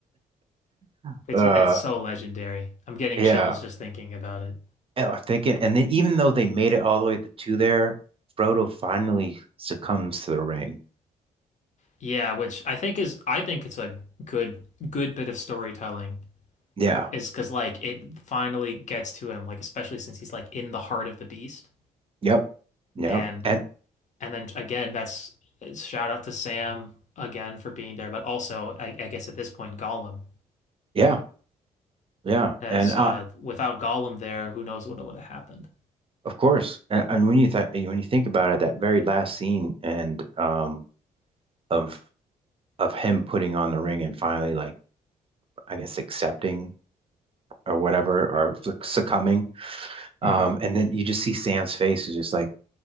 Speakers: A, on the right (about 30°); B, on the left (about 40°).
A: <laughs>
B: Which
A: uh,
B: is- it's so legendary. I'm getting
A: yeah.
B: chills just thinking about it.
A: Oh, I think it, and then even though they made it all the way to there, Frodo finally succumbs to the ring.
B: Yeah, which I think is I think it's a good good bit of storytelling
A: Yeah.
B: Is because like it finally gets to him, like especially since he's like in the heart of the beast.
A: Yep. Yep.
B: And
A: And
B: And then again, that's shout out to Sam again for being there, but also I, I guess at this point Gollum,
A: yeah, yeah,
B: as
A: and uh,
B: uh, without Gollum there, who knows what would have happened.
A: of course, and, and when you th when you think about it, that very last scene and um of of him putting on the ring and finally like I guess accepting or whatever or suc- succumbing, um,
B: hmm
A: and then you just see Sam's face is just like,